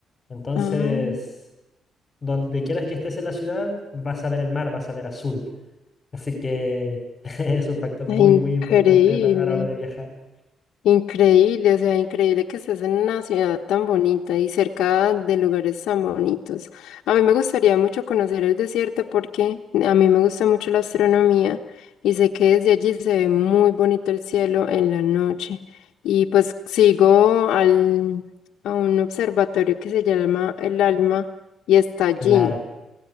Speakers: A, on the left; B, on the left.
A: Entonces,
B: Ah,
A: donde quieras que estés en la ciudad, vas a ver el mar, vas a ver azul. Así que <laughs> es un factor
B: increíble,
A: muy, muy importante a la a la hora de viajar.
B: increíble, o sea, increíble que estés en una ciudad tan bonita y cerca de lugares tan bonitos. A mí me gustaría mucho conocer el desierto porque a mí me gusta mucho la astronomía y sé que desde allí se ve muy bonito el cielo en la noche. Y pues sigo al, a un observatorio que se llama El Alma y está allí.
A: Claro.